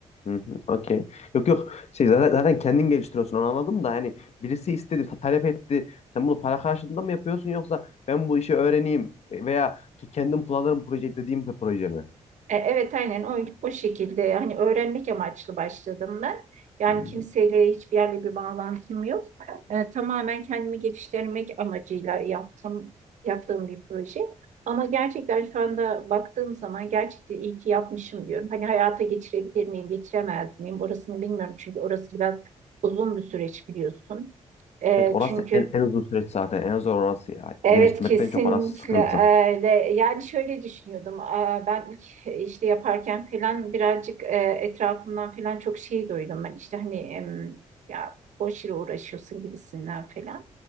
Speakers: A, on the left (about 55°); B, on the right (about 70°).
A: Hı hı, okey. Yok yok. Şey zaten, zaten kendin geliştiriyorsun onu anladım da hani birisi istedi, ta- talep etti. Sen bunu para karşılığında mı yapıyorsun yoksa ben bu işi öğreneyim veya ki kendim kullanırım proje dediğim bir proje mi?
B: E, Evet aynen o, o şekilde hani öğrenmek amaçlı başladım ben. Yani
A: Hı hı.
B: kimseyle hiçbir yerle bir bağlantım yok. E, tamamen kendimi geliştirmek amacıyla yaptım, yaptığım bir proje. Ama gerçekten şu anda baktığım zaman gerçekten iyi ki yapmışım diyorum. Hani hayata geçirebilir miyim, geçiremez miyim orasını bilmiyorum. Çünkü orası biraz uzun bir süreç biliyorsun. E,
A: Evet orası
B: çünkü
A: en, en uzun süreç zaten. En zor orası ya.
B: Evet
A: Geliştirmekten
B: kesinlikle
A: çok orası sıkıntı.
B: öyle. Yani şöyle düşünüyordum. Aa, Ben ilk işte yaparken falan birazcık e, etrafımdan falan çok şey duydum. Ben işte hani em, ya boş yere uğraşıyorsun gibisinden falan.